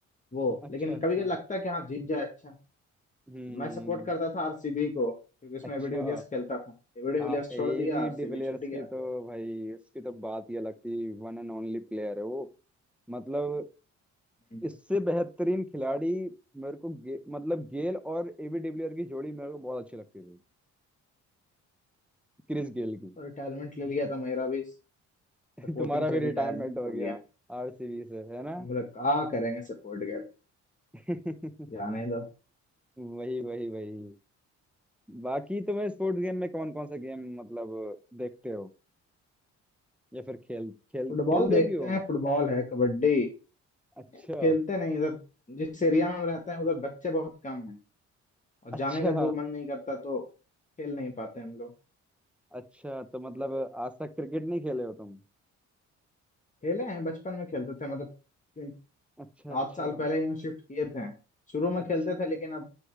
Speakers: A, on the left; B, in the centre.
A: वो
B: अच्छा
A: लेकिन
B: अच्छा
A: कभी कभी लगता है कि हाँ जीत जाए अच्छा
B: हम्म
A: मैं सपोर्ट करता था आरसीबी को क्योंकि उसमें
B: अच्छा
A: एबी डिविलियर्स खेलता था एबी डिविलियर्स
B: आ
A: छोड़
B: एवी
A: दिया आरसीबी
B: डिविलियर्स
A: छूट गया
B: की तो भाई उसकी तो बात ही अलग थी वन एंड ओनली प्लेयर है वो मतलब
A: हम्म।
B: इससे बेहतरीन खिलाड़ी मेरे को गे, मतलब गेल और एवी डिविलियर की जोड़ी मेरे को बहुत अच्छी लगती थी क्रिस गेल की
A: और रिटायरमेंट ले लिया तो मेरा भी
B: <laughs>
A: सपोर्टिंग
B: तुम्हारा
A: से
B: भी रिटायरमेंट
A: रिटायरमेंट
B: हो
A: हो
B: गया
A: गया
B: आरसीबी से है ना
A: हम लोग क्या करेंगे सपोर्ट कर
B: <laughs>
A: जाने दो
B: वही वही वही बाकी तुम्हें स्पोर्ट्स गेम में कौन कौन सा गेम मतलब देखते हो या फिर खेल खेल
A: फुटबॉल
B: खेलते
A: देखते
B: भी हो
A: हैं फुटबॉल है कबड्डी
B: अच्छा
A: ये खेलते नहीं इधर जिस एरिया में हम रहते हैं उधर बच्चे बहुत कम हैं और
B: अच्छा
A: जाने का दूर मन नहीं करता तो खेल नहीं पाते हम लोग
B: अच्छा तो मतलब आज तक क्रिकेट नहीं खेले हो तुम
A: खेले हैं बचपन में खेलते थे मतलब तीन-
B: अच्छा
A: सात
B: अच्छा
A: साल पहले ही शिफ्ट किए थे शुरू में
B: अच्छा
A: खेलते थे लेकिन अब